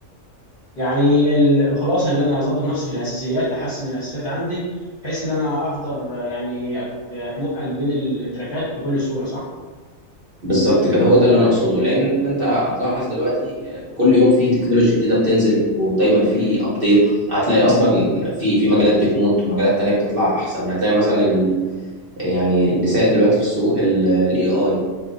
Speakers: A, on the left; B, on the right.
A: يعني ال- الخلاصه اللي انا اظبط نفسي في الاساسيات احسن الاساسيات عندي بحيث ان انا افضل آه، يعني أت- اتنقل بين التراكات بكل سهوله صح
B: بالظبط كده هو ده اللي انا اقصده لان انت هتلاحظ دلوقتي آه، كل يوم في تكنولوجي جديده بتنزل ودايما في
A: امم
B: ابديت هتلاقي اصلا في في مجالات بتموت ومجالات تانية بتطلع احسن هتلاقي مثلا يعني اللي سائد دلوقتي في السوق الاي اي